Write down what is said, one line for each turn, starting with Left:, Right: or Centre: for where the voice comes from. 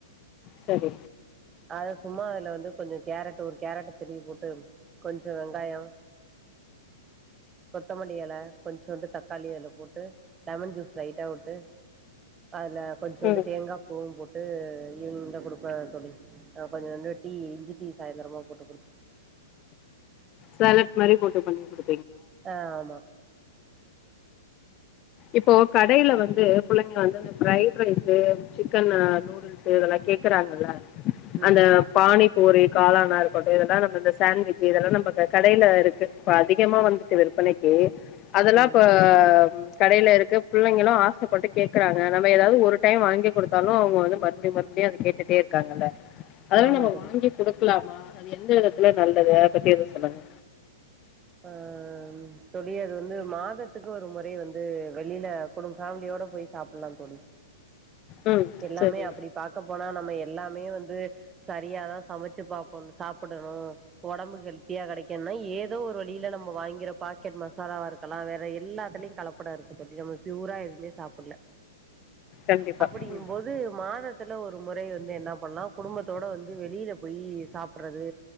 Left: சரி
Right: அத சும்மா அதுல வந்து கொஞ்ச கேரட் ஒரு கேரட் ஆ திருகி போட்டு கொஞ்சம் வெங்காயம் கொத்தமல்லி இலை கொஞ்சண்டு வந்து தக்காளி அதுல போட்டு லெமன் ஜூஸ் லைட்டா உட்டு அதில் கொஞ்சோண்டு
Left: ம்
Right: தேங்காய் பூவும் போட்டு ஈவினிங்ல கொடுப்பம் ஆ தோழி ஆ கொஞ்சண்டு டீ இஞ்சி டீ சாயந்திரமா போட்டு கொடுத்
Left: சாலட் மாதிரி போட்டு பண்ணி கொடு
Right: ஆ ஆமா
Left: இப்போ கடையில வந்து புள்ளைங்க வந்து அந்த பிரைட் ரைஸ் சிக்கன் நூடுல்ஸ் இதெல்லா கேக்குறாங்கல்ல
Right: ம்
Left: அந்த பாணி புரி காளானா இருக்கட்டும் இதெல்லாம் நம்ம இந்த சாண்ட்விஜ் இதெல்லாம் நம்ம கடையில இருக்கு இப்ப அதிகமா வந்துட்டு விற்பனைக்கு அதெல்லா
Right: ம்
Left: இப்ப கடையில இருக்கு பிள்ளைங்களும் ஆசைப்பட்டு கேக்குறாங்க நம்ம ஏதாவது ஒரு டைம் வாங்கி கொடுத்தாலும் அவங்க வந்து மறுபடியும் மறுபடியும் அதை கேட்டுட்டே இருக்காங்கல்ல அதெல்லா
Right: ஆமா
Left: நம்ம
Right: தோழி
Left: வாங்கி கொடுக்கலாமா அது எந்த விதத்துல நல்லது அத பத்தி எதவு சொல்லுங்க
Right: ஆ தோழி அது வந்து மாதத்துக்கு ஒரு முறை வந்து வெளில குடும் ஃபேமிலியோட போய் சாப்பிடலா தோழி
Left: ம்
Right: எல்லாமே
Left: சரி
Right: அப்படி பாக்க போனா நம்ம எல்லாமே வந்து சரியாதா சமைச்சு பாபோ ஒண்ணு சாப்பிடணு உடம்புக்கு ஹெல்த்தியா கிடைக்கும்னா ஏதோ ஒரு வழியில நம்ம வாங்கிற பாக்கெட் மசாலாவா இருக்கலா வேற எல்லாத்துலயு கலப்படம் இருக் தோழி நம்ம பியூரா எவுமே சாப்பிடல
Left: கண்டிப்பா
Right: அப்படிங்கபோது
Left: ம்
Right: மாதத் துல ஒரு முறை வந்து என்ன பண்ணலா குடும்பத்தோட வந்து வெளியில போய் சாப்பிடறது